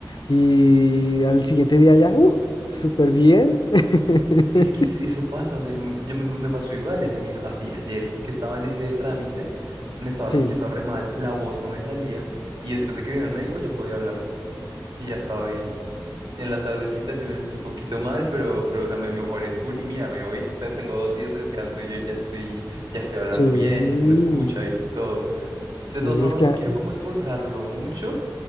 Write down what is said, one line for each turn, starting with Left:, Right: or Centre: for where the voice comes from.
Left: y al siguiente día ya, uh, súper bien. <laughs>
Right: Es que es- eso pasa, o sea, yo me, yo me, me pasó igual ese mismo, así ayer que estaba en ese trámite, me estaba
Left: Sí.
Right: sintiendo re mal, la voz no me salía y después de que vino el médico ya podía hablar y ya estaba bien. En la tardecita sí me sentí un poquito mal, pero, pero o sea, me mejoré full y mírame, hoy te- tengo dos días de descanso y yo ya estoy, ya estoy hablando
Left: Sí,
Right: bien, ya se me escucha y, y todo.
Left: sí,
Right: De todas formas,
Left: es que...
Right: no
Left: a-
Right: quiero como esforzarlo mucho